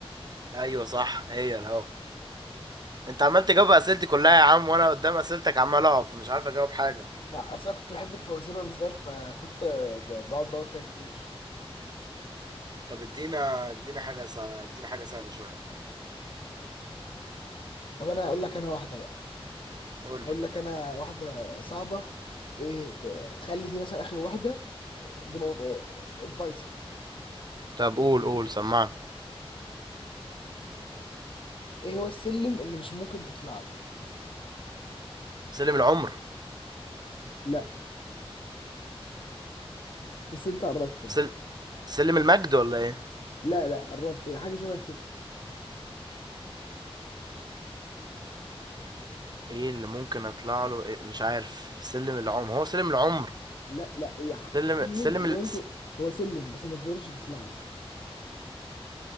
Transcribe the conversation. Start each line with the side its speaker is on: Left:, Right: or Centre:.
Right: أيوه صح هي الهوا أنت عمال تجاوب أسئلتي كلها يا عم وأنا قدام أسئلتك عمال أقف مش عارف أجاوب حاجة
Left: مع اصل انا كنت بحب الفوازير وانا صغير فكنت ب- بقعد ادور فيها كتير
Right: طب ادينا ادينا حاجة سهلة ادينا حاجة سهلة شوية
Left: طب انا اقول لك انا واحده بقى
Right: قول
Left: اقول
Right: لي
Left: لك انا واحده صعبه ايه ت- خلي دي مثلا اخر واحده بنقط... الفيصل
Right: طب قول قول سمعني
Left: ايه هو السلم اللي مش ممكن تطلع له
Right: سلم العمر
Left: لا بس انت قربت يعني
Right: سل... سلم المجد ولا ايه
Left: لا لا قربت هي حاجة شبه كده
Right: ايه اللي ممكن اطلع له إيه؟ مش عارف سلم العمر هو سلم العمر
Left: لا لا هي ح-
Right: سلم
Left: سلم
Right: سلم
Left: لا
Right: ال...
Left: يمكن
Right: س-
Left: هو سلم بس ما تقدرش تطلع له